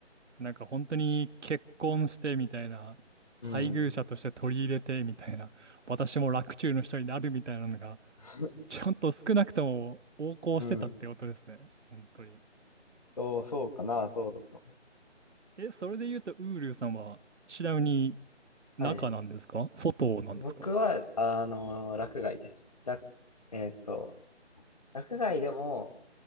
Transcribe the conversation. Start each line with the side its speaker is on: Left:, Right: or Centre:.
Right: なんか本当に結婚してみたいな、配偶者として取り入れてみたいな、
Left: うん。
Right: 私も洛中の人になるみたいなのが、
Left: <laughs>
Right: ちゃんと少なくとも横行してたってことですね。
Left: うん。
Right: 本当に。
Left: そう、そうかな、そうだと。
Right: え、それで言うと、ウールーさんは、ちなみに
Left: はい。
Right: 中なんですか外なんですか
Left: 僕は、あの、落外です。らえっと、落外でも、